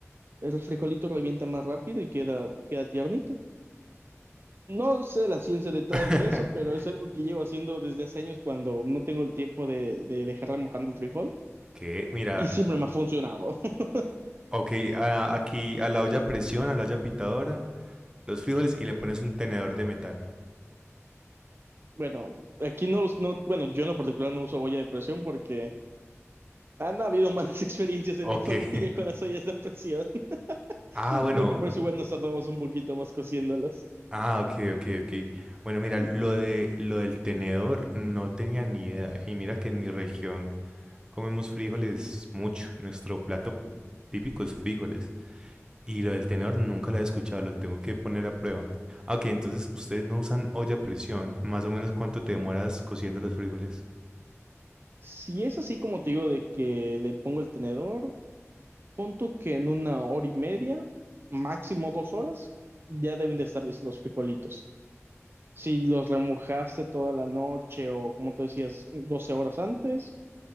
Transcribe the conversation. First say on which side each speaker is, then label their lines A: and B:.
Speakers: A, on the right (about 45°); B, on the right (about 15°).
A: El frijolito revienta más rápido y queda, queda tiernito. No sé la ciencia detrás
B: <laughs>
A: de eso, pero es algo que llevo haciendo desde hace años cuando no tengo el tiempo de, de dejar remojando el frijol
B: ¿Qué? Mira,
A: y siempre me ha funcionado. <laughs>
B: ok, a- aquí a la olla a presión, a la olla pitadora, los frijoles y le pones un tenedor de metal.
A: Bueno, aquí no, us- no, bueno, yo en lo particular no uso olla de presión porque han habido malas <laughs> experiencias en
B: Ok.
A: mi familia
B: <laughs>
A: con las ollas de presión. <laughs>
B: Ah, bueno.
A: Creo que por eso igual nos tardamos un poquito más cociéndolas.
B: Ah, ok, ok, ok. Bueno, mira, lo de lo del tenedor no tenía ni idea. Y mira que en mi región comemos frijoles mucho. Nuestro plato típico es frijoles. Y lo del tenedor nunca lo he escuchado, lo tengo que poner a prueba. Ah, ok, entonces ustedes no usan olla a presión. Más o menos cuánto te demoras cociendo los frijoles.
A: Si es así como te digo de que le pongo el tenedor, pon tú que en una hora y media, máximo dos horas, ya deben de estar listos los frijolitos. Si los remojaste toda la noche o como tú decías, 12 horas antes,